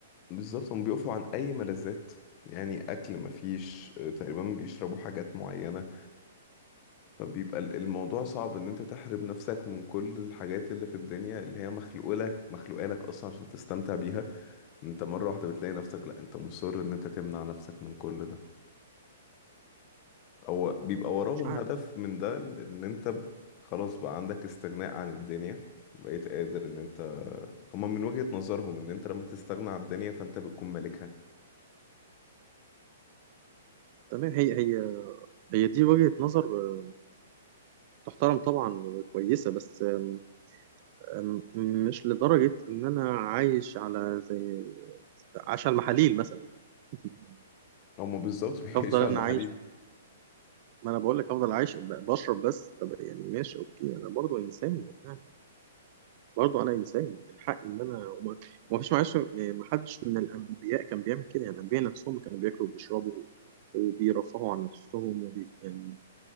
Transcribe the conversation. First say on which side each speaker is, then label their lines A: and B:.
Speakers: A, on the left; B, on the right.
A: بالظبط هم بيقفوا عن اي ملذات يعني اكل مفيش آه، تقريبا بيشربوا حاجات معينة فبيبقى ال- الموضوع صعب ان انت تحرم نفسك من كل الحاجات اللي في الدنيا اللي هي مخلوقة لك مخلوقة لك اصلا عشان تستمتع بيها انت مرة واحدة بتلاقي نفسك لا انت مصر ان انت تمنع نفسك من كل ده او بيبقى وراهم
B: مش عارف
A: هدف من ده ان انت ب- خلاص بقى عندك استغناء عن الدنيا بقيت قادر ان انت هما
B: تمام
A: من وجهة نظرهم ان انت لما تستغنى عن الدنيا فانت بتكون مالكها
B: تمام هي هي هي دي وجهة نظر آه، تحترم طبعا وكويسة بس آه، أم- مش لدرجة إن أنا عايش على زي عايش على المحاليل مثلا <laughs>
A: هما بالظبط <laughs> بيعيشوا
B: أفضل أنا
A: على المحاليل
B: عايش ما أنا بقول لك أفضل عايش ب- بشرب بس طب يعني ماشي أوكي أنا برضو إنسان يعني برضو أنا إنسان من حقي إن أنا وما وما فيش معلش ما حدش من الأنبياء كان بيعمل كده يعني الأنبياء نفسهم كانوا بياكلوا وبيشربوا وبيرفهوا عن نفسهم وبي يعني